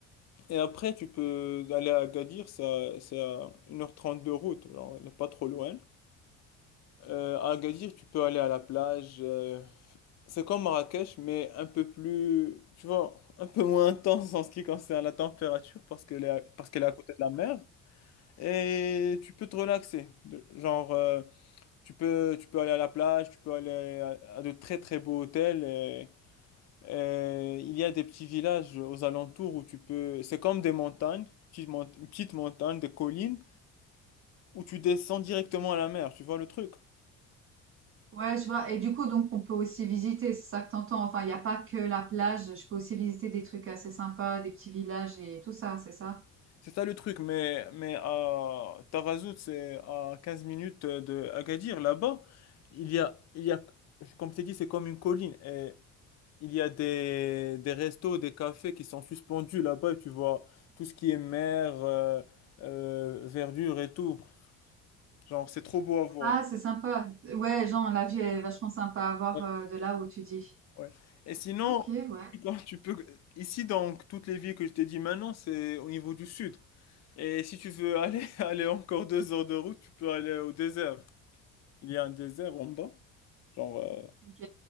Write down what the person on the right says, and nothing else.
Ouais, je vois. Et du coup, donc, on peut aussi visiter, c'est ça que t'entends. Enfin, il n'y a pas que la plage. Je peux aussi visiter des trucs assez sympas, des petits villages et tout ça, c'est ça?
Ah, c'est sympa. Ouais, genre, la vue est vachement sympa à voir
euh, de là où tu dis.
Ok, ouais.
Ok.